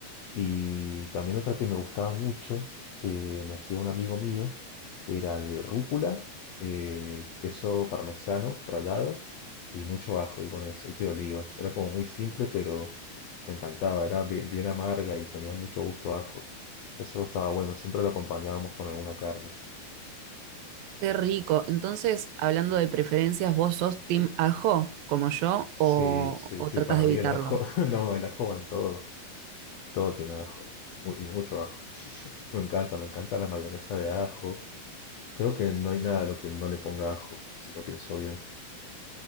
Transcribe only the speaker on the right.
Qué rico. Entonces, hablando de preferencias, ¿vos sos team ajo como yo
o,
o
tratas
de
evitarlo?